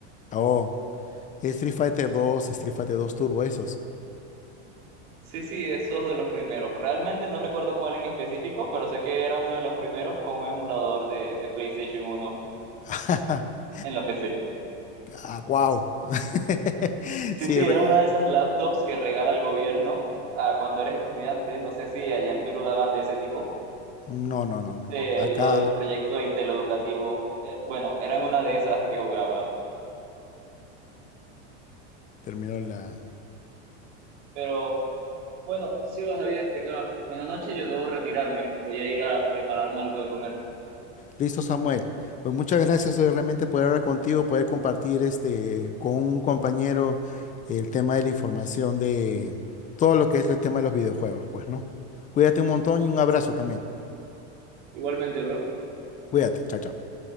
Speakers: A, on the left; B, on the right.
A: Oh, Street Fighter 2, Street Fighter 2 Turbo, esos.
B: Sí, sí, esos de los primeros. Realmente no recuerdo cuál en específico, pero sé que era uno de los primeros con un emulador de, de PlayStation uno
A: <laughs>
B: en la PC.
A: Ah, wow. <laughs>
B: Sí,
A: Sí,
B: sí,
A: re-
B: era una de esas laptops que regala el gobierno ah, cuando eres estudiante. No sé si allá en Perú daban de ese tipo.
A: no, no, no, no.
B: Eh,
A: Acá
B: lo del proyecto intereducativo. eh, bueno, eran una de esas que jugaba.
A: terminó la...
B: Pero bueno, sigo Javier, tenga buena noche. Yo debo retirarme. Voy a ir a prepararme algo de comer.
A: Listo, Samuel. Pues muchas gracias hoy realmente poder hablar contigo, poder compartir este con un compañero el tema de la información de todo lo que es el tema de los videojuegos, pues, ¿no? Cuídate un montón y un abrazo también.
B: Igualmente, bro.
A: Cuídate, chao, chao.